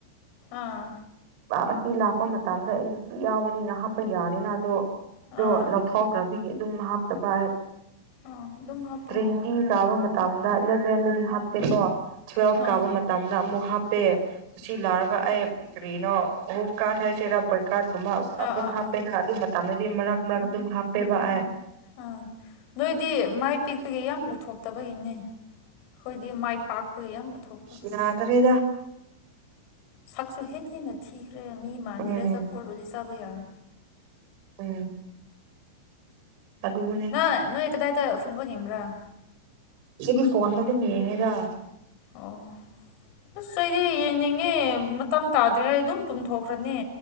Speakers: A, on the left; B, on the right.
A: ꯑꯥ
B: ꯄꯥ ꯑꯁꯤ ꯂꯥꯛꯄ ꯃꯇꯝꯗ ꯑꯩꯗꯤ ꯁꯤ ꯌꯥꯎꯕꯅꯤꯅ ꯍꯥꯞꯄ ꯌꯥꯗꯦꯅ ꯑꯗꯣ ꯗꯣ
A: ꯑꯥ
B: ꯂꯧꯊꯣꯛꯈ꯭ꯔꯕꯒꯤ ꯑꯗꯨꯝ ꯍꯥꯞꯇꯕ
A: ꯑꯥ ꯑꯗꯨꯝ ꯍꯥꯞꯄꯣ
B: ꯑꯩ <unintelligible>
A: ꯑꯥ ꯑꯥ
B: ꯀꯥꯕ ꯃꯇꯝꯗ ꯑꯃꯨꯛ ꯍꯥꯞꯄꯦ ꯑꯁꯤ ꯂꯥꯔꯒ ꯑꯩ ꯀꯔꯤꯅꯣ ꯍꯣꯞ ꯀꯥꯔ ꯍꯥꯏꯁꯦꯔꯥ ꯄꯔ ꯀꯥꯔꯠꯀꯨꯝꯕ
A: ꯑꯥ
B: ꯑꯃꯨꯛ
A: ꯑꯥ
B: ꯍꯥꯞꯄꯦꯅ
A: ꯑꯥ
B: ꯑꯗꯨ ꯃꯇꯝꯗꯗꯤ ꯃꯔꯛ ꯃꯔꯛ ꯑꯗꯨꯝ ꯍꯥꯞꯄꯦꯕ ꯑꯥꯏ
A: ꯑꯥ ꯅꯣꯏꯗꯤ ꯃꯥꯏ ꯄꯤꯛꯄꯒꯤ ꯌꯥꯝ ꯎꯠꯊꯣꯛꯇꯕꯒꯤꯅꯦ ꯈꯣꯏꯗꯤ ꯃꯥꯏ ꯄꯥꯛꯄꯒꯤ ꯌꯥꯝ ꯎꯠꯊꯣꯛꯄ
B: ꯌꯥꯗ꯭ꯔꯦꯗ
A: ꯁꯛꯁꯨ ꯍꯦꯛ ꯍꯦꯟꯅ ꯊꯤꯈ꯭ꯔꯦ ꯃꯤ ꯃꯥꯟꯗ꯭ꯔꯦ
B: ꯎꯝ
A: ꯆꯥꯄꯣꯠ ꯑꯣꯏꯗꯤ ꯆꯥꯕ ꯌꯥꯔ
B: ꯎꯝ ꯑꯗꯨꯅꯦ
A: ꯅꯪ ꯅꯣꯏ ꯀꯗꯥꯏꯗ ꯐꯨꯠꯕꯣꯜ ꯌꯦꯡꯕ꯭ꯔꯥ
B: ꯑꯩꯗꯤ ꯐꯣꯟꯗ ꯑꯗꯨꯝ ꯌꯦꯡꯉꯦꯗ
A: ꯑꯣ ꯑꯁ ꯑꯩꯗꯤ ꯌꯦꯡꯅꯤꯡꯉꯦ ꯃꯇꯝ ꯇꯥꯗ꯭ꯔꯤꯉꯩ ꯑꯗꯨꯝ ꯇꯨꯝꯊꯣꯛꯈ꯭ꯔꯅꯤ